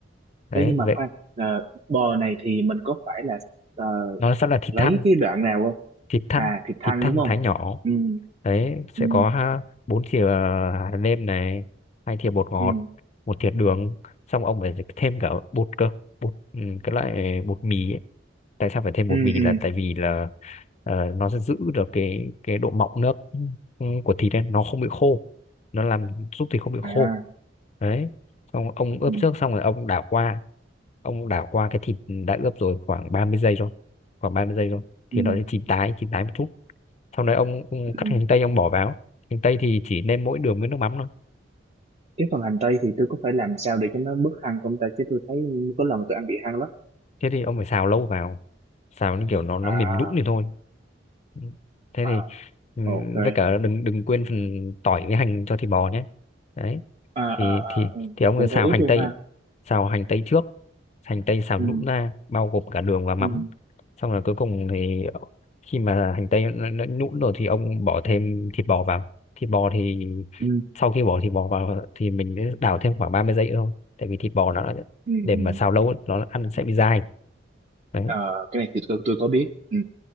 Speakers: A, on the left; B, on the right.
A: đấy
B: Ê, nhưng mà
A: vậy
B: khoan, ờ, bò này thì mình có phải là ờ,
A: nó sẽ là thịt
B: lấy
A: thăn
B: cái đoạn nào không?
A: thịt thăn
B: À, thịt thăn
A: thịt thăn
B: đúng không?
A: thái nhỏ
B: Ừ,
A: đấy sẽ
B: ừ,
A: có ha- bốn thìa hạt nêm này hai thìa bột ngọt
B: ừ,
A: một thìa đường xong ông phải thêm cả bột cơ bột ừ, cái loại bột mì ấy. tại sao phải thêm bột
B: ừ,
A: mì
B: ừ.
A: là tại vì là ờ, nó sẽ giữ được cái cái độ mọng nước ừ, của thịt ấy, nó không bị khô nó làm giúp thịt không bị
B: À,
A: khô đấy xong ông
B: ừ,
A: ướp trước xong rồi ông đảo qua ông đảo qua cái thịt đã ướp rồi khoảng 30 giây thôi khoảng 30 giây thôi thì
B: ừ.
A: nó sẽ chín tái chín tái một chút sau đấy ông, ông
B: ừ.
A: cắt hành tây ông bỏ vào hành tây thì chỉ nêm mỗi đường với nước mắm
B: cái phần hành tây thì tôi có phải làm sao để cho nó bớt hăng không ta chứ tôi thấy có lần tôi ăn bị hăng lắm
A: thế thì ông phải xào lâu vào xào như kiểu nó nó
B: à
A: mềm nhũn thì thôi Ừ. thế thì
B: à
A: ừ,
B: ok
A: với cả đừng đừng quên phần tỏi với hành cho thịt bò nhé đấy
B: à
A: thì
B: à
A: thì
B: à ừ.
A: thì ông
B: cũng
A: cứ xào
B: phải ướp
A: hành
B: luôn
A: tây
B: ha
A: ấy. xào hành tây trước hành tây xào
B: ừ
A: nhũn ra bao gồm cả đường và mắm
B: ừ
A: xong rồi cuối cùng thì khi mà hành tây nó, nó nhũn rồi thì ông bỏ thêm thịt bò vào thịt bò thì
B: ừ
A: sau khi bỏ thịt bò vào thì mình đảo thêm khoảng 30 giây nữa thôi tại vì thịt bò nó đã-
B: ừ
A: để
B: ừ.
A: mà xào lâu ấy, nó ăn sẽ bị dai đấy
B: Ờ, cái này thì tôi, tôi có biết ừ